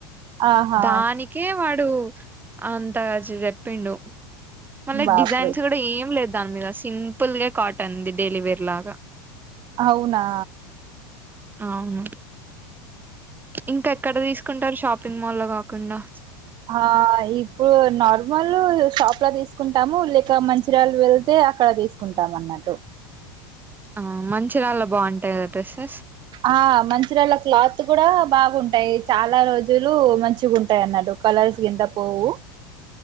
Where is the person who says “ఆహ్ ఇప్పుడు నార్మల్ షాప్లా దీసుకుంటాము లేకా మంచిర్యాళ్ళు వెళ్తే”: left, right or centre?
Right